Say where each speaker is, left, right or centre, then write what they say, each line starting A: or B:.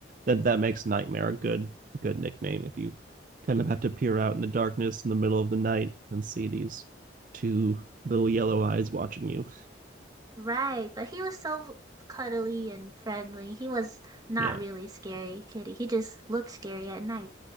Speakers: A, on the right; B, on the right.
A: that that makes nightmare a good a good nickname if you kind of have to peer out in the darkness in the middle of the night and see these two little yellow eyes watching you.
B: Right, but he was so cuddly and friendly. He was not
A: Yeah.
B: really scary kitty. He just looked scary at night.